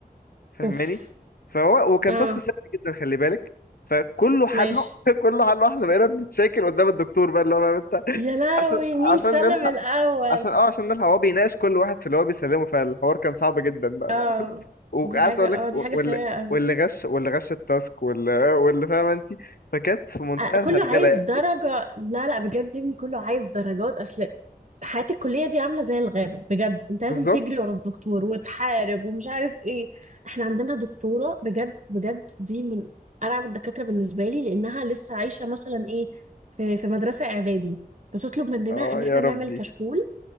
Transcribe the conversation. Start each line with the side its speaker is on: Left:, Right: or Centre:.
Left: فاهماني
Right: اوف
Left: فهو وكان
Right: اه
Left: تاسك سهل جدا خلي بالك فكله حله
Right: ماشي
Left: <laughs> كله حله احنا بقينا بنتشاكل قدام الدكتور بقى اللي هو فاهم انت
Right: يا لهوي
Left: عشان عشان
Right: مين سلم
Left: نلحق
Right: الاول
Left: عشان اه عشان نلحق هو بيناقش كل واحد في اللي هو بيسلمه فالحوار كان صعب جدا بقى,
Right: اه
Left: بقى. <laughs> وعايز
Right: دي حاجه
Left: اقول لك
Right: اه
Left: واللي
Right: دي حاجه سيئه قوي
Left: واللي غش واللي غش التاسك واللي واللي فاهمه انت فكانت في منتهى
Right: آه،
Left: الهرجله
Right: كله عايز
Left: يعني
Right: درجة لا لا بجد يا ابني كله عايز درجات أصل حياة الكلية دي عاملة زي الغابة بجد أنت لازم
Left: بالظبط
Right: تجري ورا الدكتور وتحارب ومش عارف إيه إحنا عندنا دكتورة بجد بجد دي من أرعب الدكاترة بالنسبة لي لأنها لسه عايشة مثلا إيه في في مدرسة إعدادي بتطلب مننا
Left: اه
Right: إن إحنا
Left: يا ربي
Right: نعمل كشكول